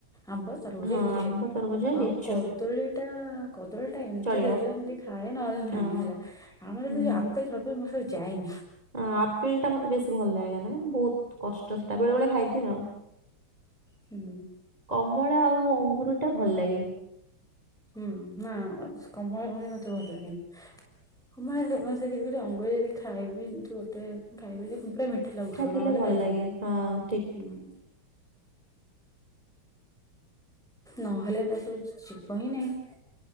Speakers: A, in the centre; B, on the right (about 15°).
A: ଆମ୍ବ। ତରଭୁଜ,
B: ହଁ
A: ଲିଚୁ
B: ଆମ୍ବ ତରଭୁଜ ଲିଚୁ
A: ଆଉ କଦଳୀ ଟା କଦଳୀ ଟା ଏମିତି
B: ଚଳିବ
A: ଦେଲେ ସେମିତି ଖାଏ ନହେଲେ ନାହିଁ
B: ହଁ
A: ହେଲା। ଆଉ ନହେଲେ
B: ହୁଁ
A: ସେ ଯୋଉ ଆପେଲ ଫାପେଲ ମୋର ସବୁ ଯାଏନି।
B: ହଁ ଆପେଲ୍ ଟା ମୋତେ ବେଶୀ ଭଲ ଲାଗେ ନା, ବହୁତ କଷ୍ଟ ସେଟା ବେଳେ ବେଳେ ଖାଇଦିଏ ଆଉ।
A: ହୁଁ।
B: କମଳା ଆଉ ଅଙ୍ଗୁରୁ ଟା ଭଲ ଲାଗେ।
A: ହୁଁ, ନା ଅ, କମଳା ଭଳି ମୋତେ ଭଲ ଲାଗେନା। <unintelligible> ଅଙ୍ଗୁୁରୁ ଯଦି ଖାଇବି ଏମତି ଗୋଟେ ଖାଇବି ଯେ ଉଁ ପୂରା ମିଠା ଲାଗୁଥିବ
B: ଥିଲେ
A: ନହେଲେ
B: ଭଲ
A: ଖାଇବିନି
B: ଲାଗେ
A: ହୁଁ,।
B: ହଁ ଠିକ
A: ନହେଲେ ତା ସବୁ ଯିବ ହିଁ ନାହିଁ।